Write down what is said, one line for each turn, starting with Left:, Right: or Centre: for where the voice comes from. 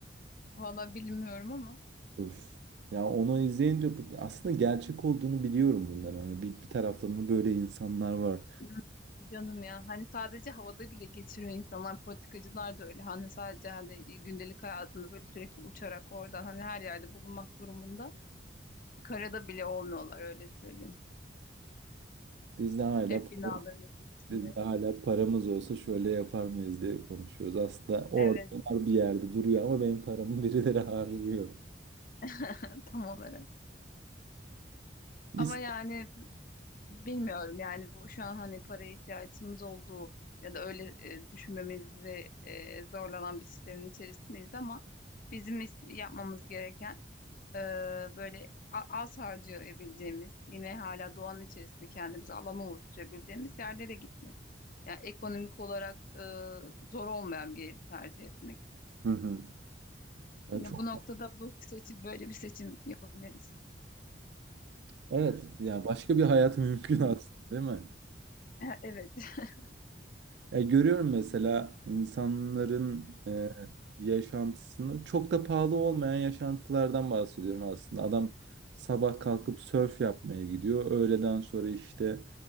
Left: Valla bilmiyorum ama
Right: Öf. Ya onu izleyince bu- aslında gerçek olduğunu biliyorum bunların. Hani bir, bir taraftan da böyle insanlar var.
Left: <clears throat> canım ya. Hani sadece havada bile geçiriyor insanlar. Politikacılar da öyle. Hani sadece hani gündelik hayatında böyle sürekli uçarak oradan hani her yerde bulunmak durumunda. Karada bile olmuyorlar öyle söyleyeyim.
Right: Bizde hala
Left: Hep binaların içinde.
Right: Biz de hala paramız olsa şöyle yapar mıyız diye konuşuyoruz. Aslında orada
Left: Evet
Right: var bir yerde duruyor ama benim paramı <laughs> birileri harcıyor.
Left: <laughs> tam olarak.
Right: İster.
Left: Ama yani Bilmiyorum yani bu şu an hani paraya ihtiyacımız olduğu ya da öyle e, düşünmemizi e, zorlanan bir sistemin içerisindeyiz ama bizim is- yapmamız gereken e, böyle a- az harcayabileceğimiz yine hala doğanın içerisinde kendimize alan oluşturabileceğimiz yerlere gitmek. Yani ekonomik olarak e, zor olmayan bir yeri tercih etmek.
Right: Hı hı. Ya
Left: Yine
Right: çok
Left: bu noktada bu seçim böyle bir seçim yapabiliriz.
Right: evet ya başka bir hayat mümkün
Left: Hı.
Right: <laughs> aslında değil mi?
Left: E- Evet. <laughs>
Right: Ya görüyorum mesela insanların e, yaşantısını çok da pahalı olmayan yaşantılardan bahsediyorum aslında. Adam sabah kalkıp sörf yapmaya gidiyor. Öğleden sonra işte